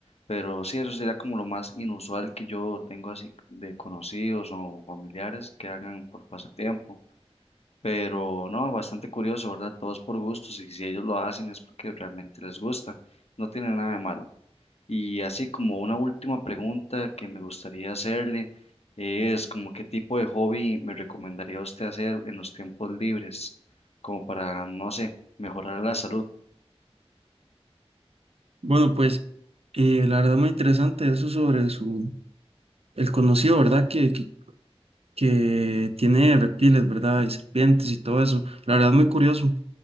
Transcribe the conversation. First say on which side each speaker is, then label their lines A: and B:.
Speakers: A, on the left (about 75°); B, on the right (about 65°).
A: Pero sí, eso sería como lo más inusual que yo tengo así de conocidos o familiares que hagan por pasatiempo. Pero no, bastante curioso, ¿verdad? Todos por gustos y si ellos lo hacen es porque realmente les gusta. No tiene nada de malo. Y así como una última pregunta que me gustaría hacerle es como qué tipo de hobby me recomendaría usted hacer en los tiempos libres, como para, no sé, mejorar la salud.
B: Bueno, pues eh, la verdad muy interesante eso sobre su, el conocido, ¿verdad? Que, que, que tiene reptiles, ¿verdad? Y serpientes y todo eso. La verdad muy curioso.